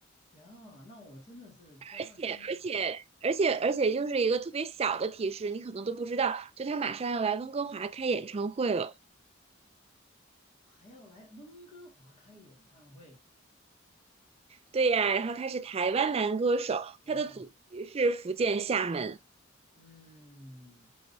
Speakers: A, on the left (about 30°); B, on the right (about 30°).
A: 呀，那我真的是猜了半天，
B: 而且而且。
A: 我就
B: 而且而且就是一个特别小的提示，你可能都不知道，就他马上要来温哥华开演唱会了。
A: 还要来温哥华开演唱会，
B: 对呀，然后他是台湾男歌手，他的祖籍是福建厦门。
A: 我知道，嗯。